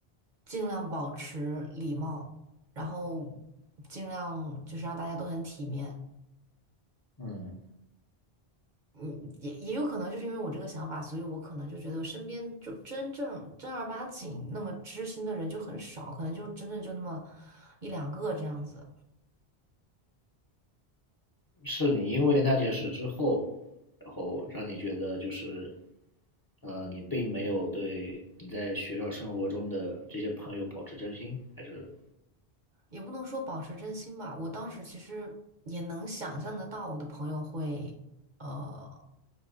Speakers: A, on the right (about 55°); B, on the left (about 25°).
A: 尽量保持礼貌，然后尽量就是让大家都很体面。
B: 嗯，
A: 嗯，也也有可能就是因为我这个想法，所以我可能就觉得身边就真正正儿八经那么知心的人就很少，可能就真的就那么一两个这样子。
B: 是你因为那件事之后，然后让你觉得就是，呃，你并没有对你在学校生活中的这些朋友保持真心，还是
A: 也不能说保持真心吧，我当时其实也能想象得到我的朋友会，呃，